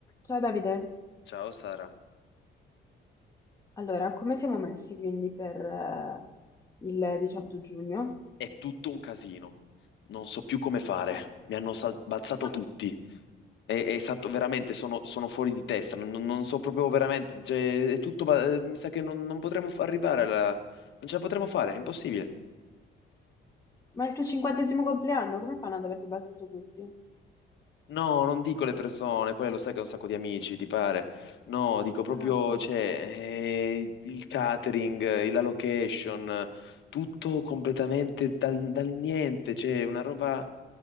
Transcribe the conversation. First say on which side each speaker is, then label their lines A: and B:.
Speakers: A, on the left; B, on the left.
A: Ciao Davide,
B: Ciao Sara,
A: allora come siamo messi quindi per eh, il 18 giugno?
B: è tutto un casino. Non so più come fare.
A: Oh,
B: Mi hanno sal- balzato
A: ma,
B: tutti. È, è stato veramente, sono, sono fuori di testa. Non, non so proprio veramente. cioè, è tutto. ba- eh, Mi sa che non, non potremo fa- arrivare alla. Non ce la potremo fare, è impossibile.
A: ma è il tuo cinquantesimo compleanno, come fanno ad averti abbassato tutti?
B: No, non dico le persone, quelle lo sai che ho un sacco di amici, ti pare. No, dico proprio,
A: Ah, ok.
B: cioè, eh, il catering, eh, la location, eh, tutto completamente dal, dal niente, cioè, una roba.